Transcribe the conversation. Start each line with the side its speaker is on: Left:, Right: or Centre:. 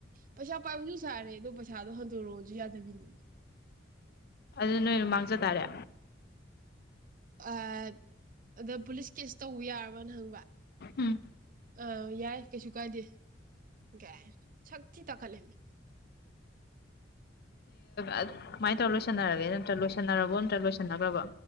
Right: ꯄꯩꯁꯥ ꯄꯥꯏꯕꯁꯨ ꯁꯥꯔꯦ ꯑꯗꯣ ꯄꯩꯁꯥꯗꯣ ꯍꯟꯗꯣꯔꯛꯑꯣꯁꯨ ꯌꯥꯗꯕꯤꯅꯦꯃꯤ
Left: ꯑꯗꯨ ꯅꯣꯏꯅ ꯃꯥꯡꯖ ꯇꯥꯔꯦ
Right: ꯑ ꯑꯗ ꯄꯨꯂꯤꯁ ꯀꯦꯁ ꯇꯧꯕ ꯌꯥꯔꯕꯅ ꯍꯪꯕ
Left: ꯎꯝ
Right: ꯑ ꯌꯥꯏ ꯀꯩꯁꯨ ꯀꯥꯏꯗꯦ ꯀꯥꯏ ꯁꯛ ꯊꯤ ꯇꯥꯈꯠꯂꯦꯃꯤ
Left: ꯑ ꯀꯃꯥꯏꯅ ꯇꯧꯔ ꯂꯣꯏꯁꯟꯅꯔꯒꯦ ꯅꯠꯇ꯭ꯔ ꯂꯣꯏꯁꯟꯅꯔꯕꯣ ꯅꯠꯇ꯭ꯔꯒ ꯂꯣꯏꯁꯤꯟꯅꯈ꯭ꯔꯕꯣ